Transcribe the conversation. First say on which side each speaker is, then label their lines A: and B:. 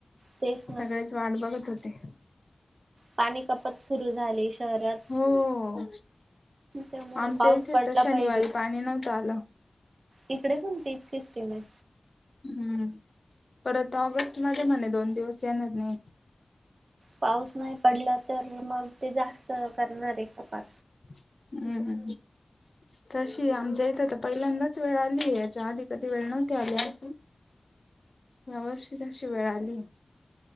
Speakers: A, on the right; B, on the left.
A: तेच ना
B: सगळेच वाट बघत होते.
A: पाणी कपात सुरु झाली शहरात.
B: हो
A: त्यामुळे
B: आमच्या
A: पाऊस
B: इथे
A: पडला
B: तर शनिवारी
A: पाहिजे
B: पाणी नव्हतं आलं.
A: इकडे पण तीच सिस्टीम आहे.
B: हम्म परत ऑगस्ट मध्ये म्हणे दोन दिवस येणार नाही.
A: पाऊस नाही पडला तर मग ते जास्त करणार आहे कपात.
B: हम हम हम तशी आमच्या इथं तर पहिल्यांदाच वेळ आलीय याच्या आधी कधी वेळ नव्हती आली अशी. यावर्षीच अशी वेळ आलीये.